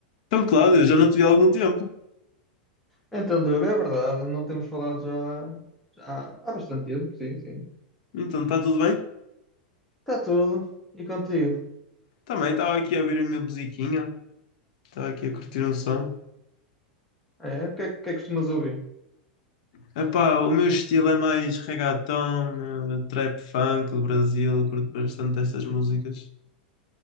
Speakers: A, on the left (about 50°); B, in the centre.
A: Então, Cláudio, já não te vi há algum tempo.
B: Então, Diogo, é verdade, não temos falado já, já há há bastante tempo, sim, sim.
A: Então, está tudo bem?
B: Está tudo. E contigo?
A: Também estava aqui a ouvir a minha musiquinha, estava aqui a curtir um som.
B: É, o que é que que é que costumas ouvir?
A: Epá, o meu estilo é mais reggaeton, eh, trap funk do Brasil, eu curto bastante estas músicas.